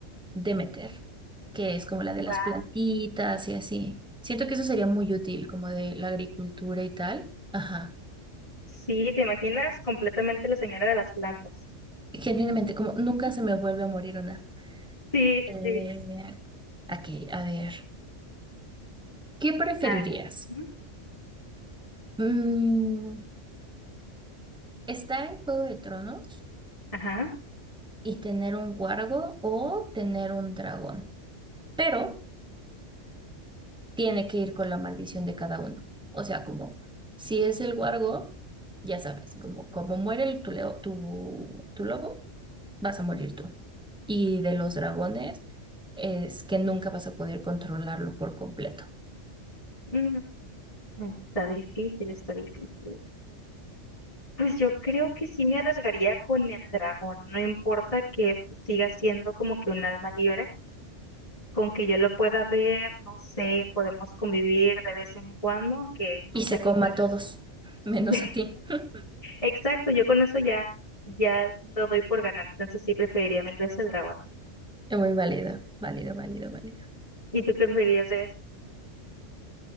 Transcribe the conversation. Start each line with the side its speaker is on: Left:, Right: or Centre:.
Centre: Demeter, que es como la de
Left: Guau.
Centre: las plantitas y así. Siento que eso sería muy útil, como de la agricultura y tal. Ajá.
Left: Sí, ¿te imaginas? Completamente la señora de las plantas.
Centre: Genuinamente, como nunca se me vuelve a morir una.
Left: Sí, sí,
Centre: Eh,
Left: sí.
Centre: aquí, a ver. ¿Qué preferirías?
Left: A ver. ujú,
Centre: Mm, ¿estar en Juego de Tronos
Left: Ajá.
Centre: y tener un guargo o tener un dragón? Pero tiene que ir con la maldición de cada uno. O sea, como si es el guargo, ya sabes, como, como muere el, tu, leo- tu, tu lobo, vas a morir tú. Y de los dragones es que nunca vas a poder controlarlo por completo.
Left: mm, Está difícil, está difícil. Pues yo creo que sí me arriesgaría con el dragón. No importa que siga siendo como que un alma libre, con que yo lo pueda ver, no sé, podemos convivir de vez en cuando, aunque no
Centre: Y
Left: sea
Centre: se
Left: completamente.
Centre: coma a todos, <laughs> menos
Left: <laughs>
Centre: a ti. <laughs>
Left: Exacto, yo con eso ya, ya lo doy por ganar, entonces sí preferiría mil veces el dragón.
Centre: Es Muy válido, válido, válido, válido.
Left: ¿Y tú qué preferirías de eso?